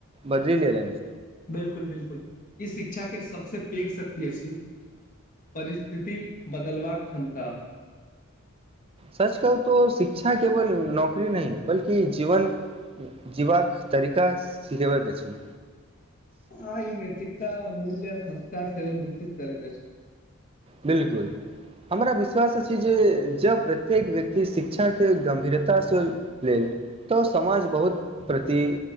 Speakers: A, on the right; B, on the left.
A: बदैल एलेन
B: बिल्कुल बिल्कुल ई शिक्षा के सभसे पेघ शक्ति अछि परिस्थिति बदलबाकऽ क्षमता
A: सच कहु तो शिक्षा केवल नौकरी नहि बल्कि जीवन जीवाकऽ तरिका सिखबैत अछि
B: आ ई नैतिकता मूल्य संस्कार सेहो बिगसित करैत अैछ
A: बिल्कुल। हमरा विश्वास अछि जे जब प्रत्येक व्यक्ति शिक्षाके गम्भीरता सँ लेलऽ तऽ समाज बहुत प्रति